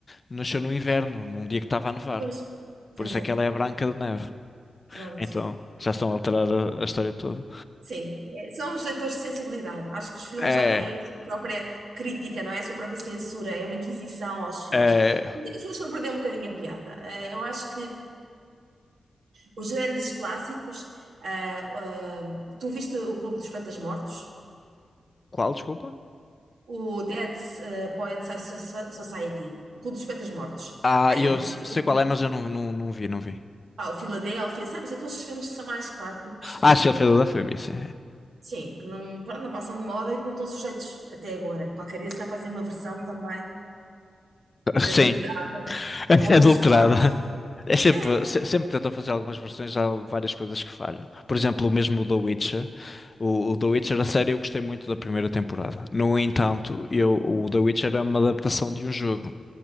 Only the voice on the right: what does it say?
Pois,
pois
é.
Pronto.
Sim, é, são os leitores de sensibilidade. Acho que os filmes
já têm a sua própria crítica, não é? A sua própria censura, é uma inquisição aos filmes.
E as pessoas estão a perder um bocadinho a piada. Eh, Eu acho que os grandes clássicos, ah, ah, tu viste o Clube dos Poetas Mortos?
O Dead eh, Poets Soci- Society, o Clube dos Poetas Mortos.
Pá,
é um
clássico.
Pá, o Filadélfia, sabes? Aqueles filmes que são mais clássicos.
Sim, que não, pronto, não passam de moda e que não estão sujeitos até agora. Qualquer dia se calhar fazem uma versão também
Adulterado
com alguns
cortes.
É,